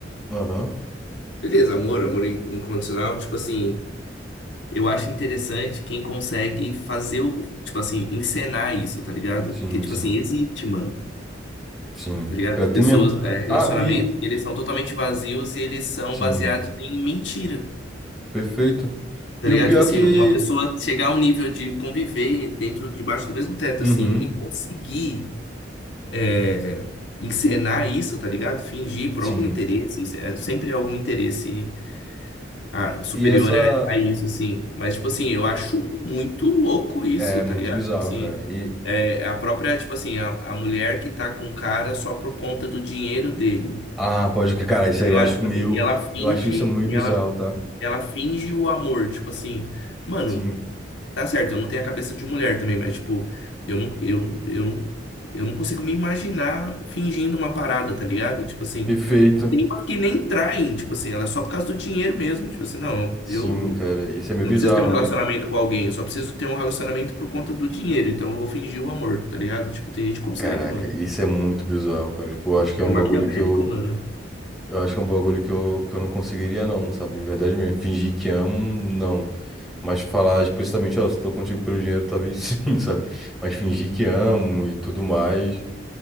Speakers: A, in the centre; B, on the left.
A: Aham.
B: beleza, amor, amor in- incondicional, tipo assim, eu acho interessante quem consegue fazer o, tipo assim, encenar isso, tá ligado?
A: Sim,
B: Porque, tipo
A: sim,
B: assim, existe, mano.
A: sim.
B: tá ligado?
A: Pior que
B: Pessoas,
A: tem mesmo.
B: é, relacionamentos,
A: Ah, e.
B: que eles são totalmente vazios e eles são
A: Sim,
B: baseados em mentira.
A: perfeito.
B: Tá
A: E
B: ligado?
A: o pior
B: Tipo
A: é
B: assim,
A: que.
B: uma pessoa chegar a um nível de conviver dentro, debaixo do mesmo teto,
A: Uhum,
B: assim, e conseguir é, encenar isso, tá ligado? Fingir por
A: sim.
B: algum interesse, isso é sempre algum interesse ah, superior
A: E essa
B: a, a isso, assim. Mas, tipo assim, eu acho muito louco isso,
A: é
B: tá
A: muito
B: ligado?
A: bizarro,
B: Tipo assim,
A: cara. E
B: é, a própria, tipo assim, a, a mulher que tá com o cara só por conta do dinheiro dele.
A: ah, pode crer, cara, isso
B: Tá
A: aí
B: ligado?
A: eu acho
B: Tipo
A: meio,
B: assim, e ela finge,
A: eu acho isso é muito
B: e
A: bizarro,
B: ela,
A: tá?
B: ela finge o amor, tipo assim, mano,
A: Sim.
B: tá certo, eu não tenho a cabeça de mulher também, mas tipo, eu não, eu, eu, eu não consigo me imaginar fingindo uma parada, tá ligado? Tipo assim,
A: Perfeito.
B: tem umas que nem traem, tipo assim, ela é só por causa do dinheiro mesmo, tipo assim, não,
A: Sim,
B: eu
A: cara, isso é meio
B: não
A: bizarro,
B: preciso ter um relacionamento
A: né?
B: com alguém, eu só preciso ter um relacionamento por conta do dinheiro, então eu vou fingir o amor, tá ligado? Tipo, tem gente que consegue,
A: Caraca,
B: mano.
A: isso é muito bizarro, cara. Tipo, eu acho que é um
B: É maquiavélico,
A: bagulho que eu,
B: mano.
A: eu acho que é um bagulho que eu, que eu não conseguiria não, sabe? De verdade mesmo. Fingir que amo, não. Mas falar explicitamente, ó, se tô contigo pelo dinheiro, talvez <laughs> sim, sabe? Mas fingir que amo e tudo mais.